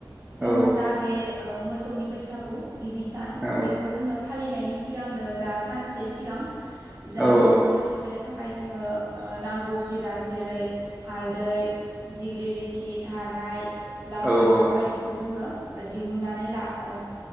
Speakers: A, on the right (about 40°); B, in the centre.
A: जोङो
B: औ
A: जा बे ओ मोसौनि बैसागु गिबि सान
B: औ
A: बेखौ जोङो। फालिनायनि सिगांनो जा सानसे सिगां। जा
B: औ
A: मोसौनो
B: औ
A: थुखैनो थाक खाय जोङो नांगौ जिराद जेरै हालदै दिग्लिलिथि थाराय। लाव
B: औ
A: फान्थाव बायदिखौ जोङो। दिहुननानै ला ओ